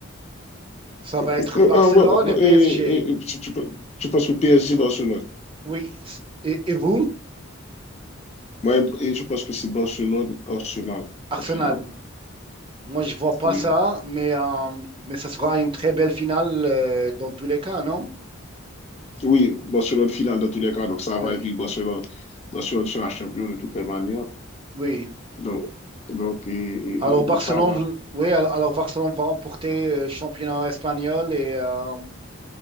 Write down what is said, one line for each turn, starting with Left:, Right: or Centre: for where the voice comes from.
Right: Ça va être
Left: Euh,
Right: Barcelone
Left: euh, ouais, ouais, ouais,
Right: et PSG.
Left: et, et- et tu, tu pe- tu penses que PSG Barcelone?
Right: Oui. c- Et, et vous,
Left: Moi, et je pense que c'est Barcelone Arsenal
Right: Arsenal?
Left: en finale.
Right: Moi, je vois pas
Left: Oui.
Right: ça, mais, euh, mais ça sera une très belle finale, euh, dans tous les cas, non?
Left: Oui, Barcelone finale dans tous les cas, donc ça
Right: Oui,
Left: va. Et puis Barcelone, Barcelone sera champion de toutes les manières.
Right: oui.
Left: Donc, donc et-
Right: Alors
Left: et-
Right: Barcelone,
Left: ça va.
Right: oui, alors Barcelone va remporter le championnat espagnol et, euh,